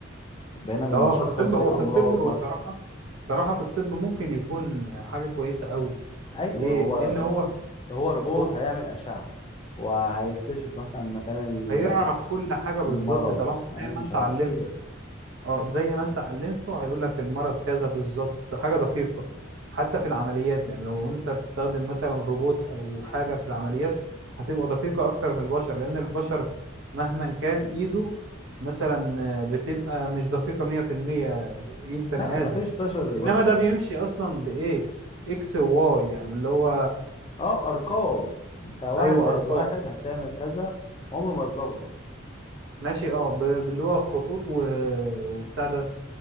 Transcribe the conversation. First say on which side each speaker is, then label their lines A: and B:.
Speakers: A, on the left (about 25°); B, on the right (about 75°).
A: بقينا بنشخص
B: لو هو في الطب
A: بين
B: هو
A: امراض
B: في الطب هو
A: مثلا
B: صراحة صراحة في الطب ممكن يكون حاجة كويسة قوي
A: ايوه
B: ليه
A: هو
B: لان هو
A: هو روبوت
B: هو
A: هيعمل اشعه وهيكتشف مثلا مكان ال-
B: هيعرف كل حاجة بالظبط
A: المرض
B: طالما
A: هيعمل
B: زي ما
A: مش
B: انت
A: عارف
B: علمت
A: كده
B: اه زي ما انت علمته هيقول لك المرض كذا بالظبط ده حاجة دقيقة حتى في العمليات يعني لو انت بتستخدم مثلا روبوت او حاجة في العمليات هتبقى دقيقة اكتر من البشر لان البشر مهما كان ايده مثلا بتبقى مش دقيقة 100% ايد بني
A: لا ما
B: آدم
A: فيش بشر يوصل
B: انما ده بيمشي اصلا بايه اكس وواي يعني اللي هو
A: اه ارقام انت واحد
B: ايوه
A: زائد
B: ارقام
A: واحد هتعمل كذا عمره ما يتلخبط
B: ماشي اه ب- باللي هو خطوط و... وبتاع ده